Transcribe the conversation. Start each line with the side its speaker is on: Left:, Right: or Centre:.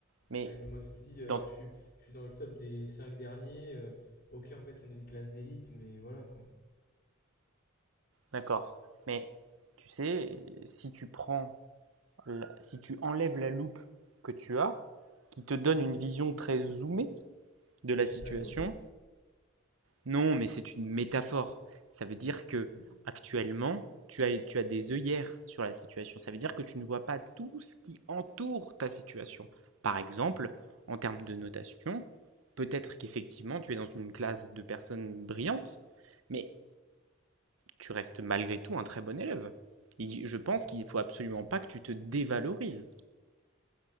Right: mais
Left: bah, oui, mais moi je vous dis, euh,
Right: dans,
Left: je, suis, je suis dans le top des 5 derniers. euh, ok, en fait, on est une classe d'élite, mais voilà quoi.
Right: d'accord. Mais tu sais, si tu prends, la- si tu enlèves la loupe que tu as, qui te donne une vision très zoomée de la
Left: Et j'ai
Right: situation,
Left: pas de loupe,
Right: Non, mais c'est une métaphore. Ça veut dire que
Left: quoi.
Right: actuellement, tu as, tu as des œillères sur la situation. Ça veut dire que tu ne vois pas tout ce qui entoure ta situation. Par exemple, en termes de notation, peut-être qu'effectivement, tu es dans une classe de personnes brillantes, mais tu restes malgré tout un très bon élève. Et je pense
Left: Hmm.
Right: qu'il ne faut absolument pas que tu te dévalorises.